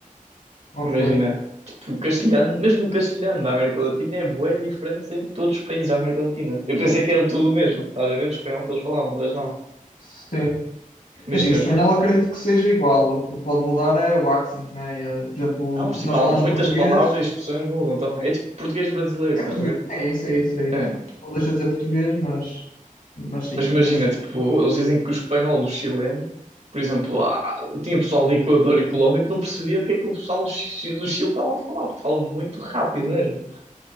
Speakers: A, on the left; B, on the right.
A: Ok,
B: Imagina, tipo, o castelhano, mesmo o castelhano da América Latina é bué diferente em todos os países da América Latina. Eu pensei que era tudo o mesmo, estás a ver o espanhol que eles falavam, mas não.
A: sim.
B: Imagina,
A: É Assim, o espanhol
B: os
A: acredito que seja igual. O que pode mudar é o accent, né? E, Por exemplo,
B: Não, mas tipo,
A: nós
B: há
A: falamos
B: muitas
A: português.
B: palavras e expressões mudam também. É tipo português brasileiro,
A: É
B: estás
A: português,
B: a ver?
A: é isso, é isso, é
B: É.
A: isso. Não deixa de dizer português, mas, mas sim,
B: Mas imagina,
A: eles.
B: tipo, eles dizem que o espanhol, do chileno, por exemplo, ah, tinha pessoal de Equador e Colômbia que não percebia o que é que o pessoal do, Chi- do Chile estava a falar, porque falam muito rápido mesmo.